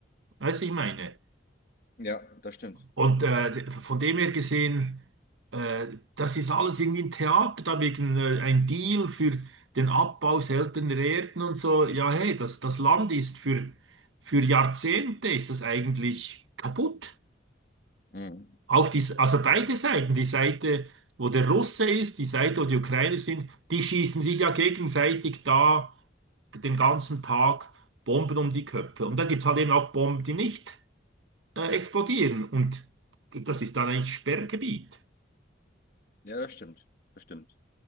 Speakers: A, on the right; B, on the left.
A: Weißt du, ich meine?
B: ja, das stimmt.
A: Und äh, von dem her gesehen, äh, das ist alles irgendwie ein Theater, da wegen äh, ein Deal für den Abbau seltener Erden und so. Ja, hey, das, das Land ist für, für Jahrzehnte ist das eigentlich kaputt.
B: Mhm.
A: Auch die, also beide Seiten, die Seite, wo der Russe ist, die Seite, wo die Ukrainer sind, die schießen sich ja gegenseitig da den ganzen Tag Bomben um die Köpfe. Und da gibt es halt eben auch Bomben, die nicht. äh, explodieren. Und das ist dann eigentlich Sperrgebiet.
B: Ja, das stimmt. Das stimmt.